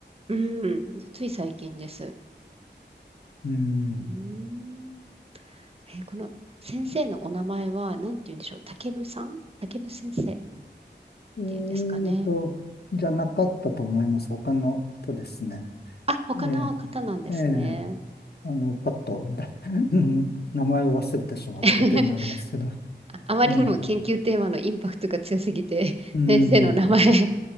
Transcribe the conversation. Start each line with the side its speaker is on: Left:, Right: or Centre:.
Right: うん、つい最近です。う
Left: うん。
Right: ーんえーこの先生のお名前は何て言うんでしょう、竹部さん竹部先生っ
Left: えーと、
Right: ていうんですかね。
Left: じゃなかったと思います。他の人ですね。
Right: あ、他の方なんですね。
Left: ええ、ええ、あの、パッと、だ <laughs> うん名前を忘れてしまったというのはありますけど。
Right: <laughs> ああまりにも研究テーマのインパクトが強すぎて、
Left: ええ、
Right: <laughs>
Left: うん、
Right: 先生の名前吹